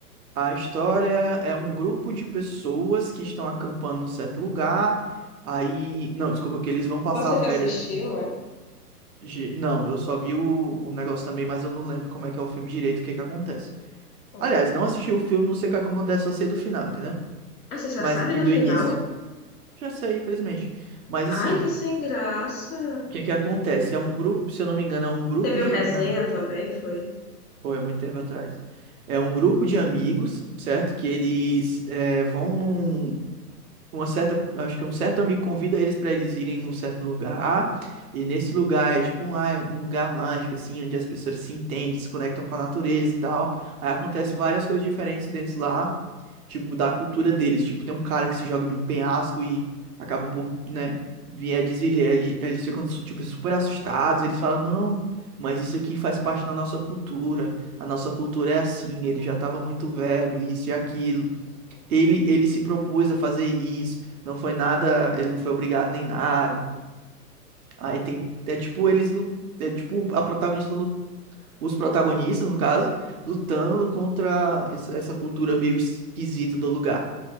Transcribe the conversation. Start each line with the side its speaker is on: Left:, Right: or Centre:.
Right: A história é um grupo de pessoas que estão acampando num certo lugar. Aí. Não, desculpa, que eles vão passar
Left: Você
Right: a férias.
Left: já assistiu, é?
Right: de- Não, eu só vi o, o negócio também, mas eu não lembro como é que é o filme direito, o que é que acontece.
Left: Hum.
Right: Aliás, não assisti o filme, não sei o que acontece, só sei do final, entendeu?
Left: Ah, você já
Right: Mas
Left: sabe
Right: e
Left: do
Right: do
Left: final?
Right: início? Já sei, infelizmente. Mas assim,
Left: Ai, que sem graça.
Right: o que é que acontece? É um grupo, se eu não me engano, é um grupo
Left: Teve
Right: de,
Left: o resenha
Right: de
Left: também, foi?
Right: Pô, é muito tempo atrás. É um grupo de amigos, certo? Que eles eh, vão num, uma certa, acho que um certo amigo convida eles pra eles irem num certo lugar, e nesse lugar é tipo um, ah, é um lugar mágico assim, onde as pessoas se entendem, se conectam com a natureza e tal. Aí acontece várias coisas diferentes dentro lá, tipo da cultura deles, tipo tem um cara que se joga de um penhasco e acaba por, né, vir a desviver, Aí eles ficam tipo super assustados, eles falam, não, Mas isso aqui faz parte da nossa cultura. A nossa cultura é assim. Ele já estava muito velho, isso e aquilo. Ele, ele se propôs a fazer isso, não foi nada, ele não foi obrigado nem nada. Aí tem, é tipo eles, lu- é tipo a protagonista, lu- os protagonistas, no caso, lutando contra es- essa cultura meio esquisita do lugar.